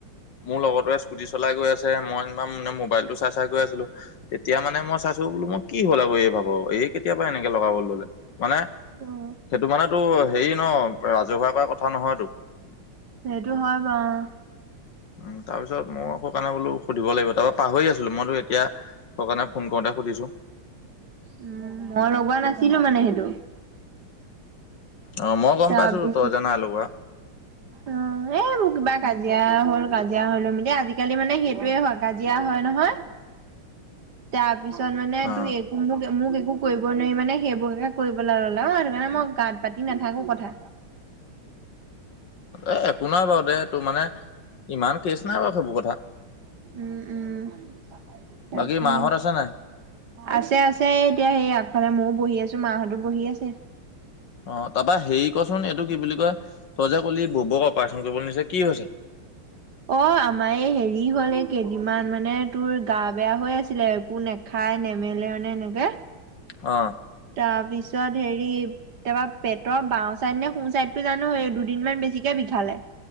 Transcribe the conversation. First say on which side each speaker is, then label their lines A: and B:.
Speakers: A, on the left; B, on the right.
A: মোৰ লগৰটোৱে স্কুটি চলাই গৈ আছে, মই <unintelligible> মোবাইলটো চাই চাই গৈ আছিলো। তেতিয়া মানে মই চাইছো বোলো মই কি হ'ল আৰু এই ভাগৰ, এই কেতিয়া পা এনেকে লগাব ল'লে? মানে
B: উম।
A: সেইটো মানে তোৰ হেৰি ন', ৰাজহুৱা কৰা কথা নহয়তো।
B: সেইটো হয় বাৰু।
A: উম, তাৰপিছত মোৰ আকৌ কাৰণে বোলো সুধিব লাগিব, তাৰপৰা পাহৰি আছিলো, মইতো এতিয়া সেইকাৰণে ফোন কৰোতে সুধিছো।
B: উম, মই লগোৱা নাছিলো মানে সেইটো।
A: অ', মই গ'ম
B: তাৰপিছত
A: পাইছো তই যে নাই লগোৱা।
B: অ এ কিবা কাজিয়া হ'ল, কাজিয়া হৈ লৈ মেলি, আজিকালি মানে সেইটোৱে হয় কাজিয়া হয় নহয় তাৰপিছত মানে
A: অ
B: তোৰ এ মোক মোক একো কৰিব নোৱাৰি মানে সেইবোৰকে কৰিব ল'লে। অ', সেইটো কাৰণে মই গাত পাতি নাথাকো কথা।
A: এ একো নাই বাৰু দে তোৰ মানে ইমান কেচ নাই বাৰু সেইবোৰ কথা।
B: উম উম তাকে
A: বাকী মা হত আছে নাই?
B: আছে আছে, এতিয়া সেই আগফালে মইয়ো বহি আছো, মাহঁতো বহি আছে।
A: অ', তাৰপৰা হেৰি কচোন, এইটো কি বুলি কয় তই যে কলি বৰবৌক অপাৰচন কৰিবলৈ নিছে, কি হৈছে?
B: অ', আমাৰ এই হেৰি হ'ল, এই কেইদিনমান মানে তোৰ গা বেয়া হৈ আছিলে। একো নে খাই নেমেলে মানে এনেকে।
A: অ।
B: তাৰপিছত হেৰি, তাৰপৰা পেটৰ বাওঁ চাইড নে সো চাইডতো জানো দুদিনমান বেছিকে বিষালে।